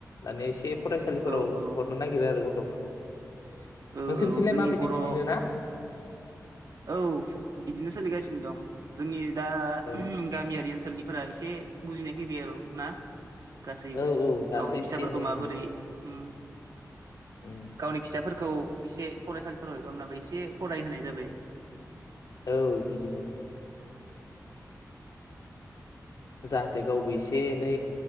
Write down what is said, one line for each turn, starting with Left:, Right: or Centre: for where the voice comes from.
Left: दानिया एसे फरायसालिफोराव
Right: औ औ
Left: हरनो नागिरो आरो गथ फोरखौ नोंसोरनिथिंलाय
Right: औ औ जोंनि
Left: मा बायदि
Right: बर'
Left: बिदिनो ना?
Right: औ बिदिनो सोलिगासिनो दं जोंनि दा
Left: औ
Right: गामियारि ओनसोलनि फोरा एसे बुजिनाय फैबाय आरोव ना गासैबो
Left: औ औ दासो
Right: गावनि फिसाफोरखौ
Left: एसे एनै
Right: माबोरै
Left: ओं
Right: उम
Left: उम
Right: गावनि फिसाफोरखौ एसे फरायसालिफोराव एगारहरनो हाबाय एसे फरायहोनाय जाबाय ।
Left: औ बिदिनो जाहाथे गावबो एसे एनै